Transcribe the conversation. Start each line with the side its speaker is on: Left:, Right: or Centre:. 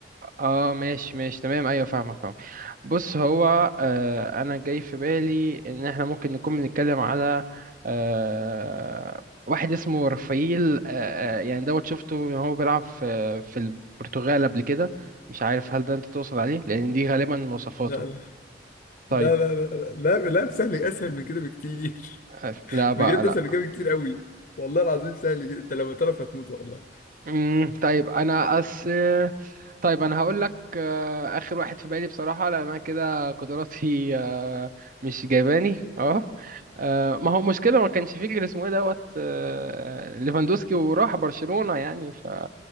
Right: اه ماشي ماشي تمام ايوه فاهمك فاهم بص هو آه انا جاي في بالي ان احنا ممكن نكون بنتكلم على آه واحد اسمه رافائيل آه آه، يعني دوت شفته وهو بيلعب في في البرتغال قبل كده مش عارف هل ده انت تقصد عليه لان دي غالبا مواصفاته
Left: لا لا
Right: طيب
Left: لا لا لا لا لا لا، سهل اسهل من كده بكتير
Right: آه
Left: <laughs>
Right: لا بقى
Left: بجد
Right: لا
Left: اسهل من كده بكتير قوي والله العظيم سهل جدا انت لما تعرف هتموت والله
Right: امم طيب انا أس طيب انا هقول لك آه، اخر واحد في بالي بصراحه لان انا كده قدراتي آه، مش جايباني اه آه، ما هو مشكله ما كانش فيه غير اسمه ايه دوت آه، ليفاندوسكي وراح برشلونه يعني ف